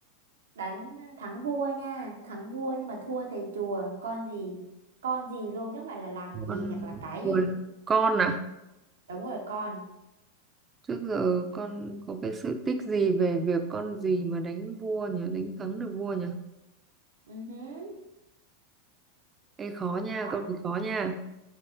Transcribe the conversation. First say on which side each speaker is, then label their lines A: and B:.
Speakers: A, on the right; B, on the right.
A: đánh thắng vua nha thắng vua nhưng mà thua thầy chùa con gì con gì luôn chứ không phải là làm gì
B: con
A: hoặc là cái
B: Ui,
A: gì
B: con à
A: đúng rồi con
B: trước giờ con có cái sự tích gì về việc con gì mà đánh vua nhỉ đánh thắng được vua nhỉ
A: ừ hứ.
B: Ê khó nha
A: có
B: câu này khó nha